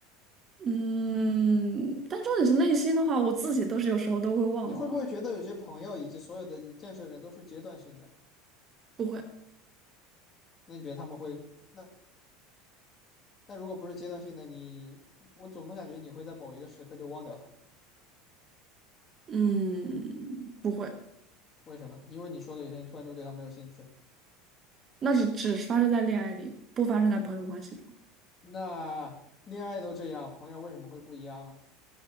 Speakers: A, on the right; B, on the left.
A: 嗯，但重点是内心的话，我自己都是有时候都会忘了，
B: 你会不会觉得有些朋友以及所有的你认识的人都是阶段性的？
A: 不会，
B: 那你觉得他们会？那那如果不是阶段性的，你我总不感觉你会在某一个时刻就忘掉他，
A: 嗯，不会，
B: 为什么呢？因为你说的有一天突然就对他没有兴趣了。
A: 那只只发生在恋爱里，不发生在朋友关系中。
B: 那恋爱都这样，朋友为什么会不一样？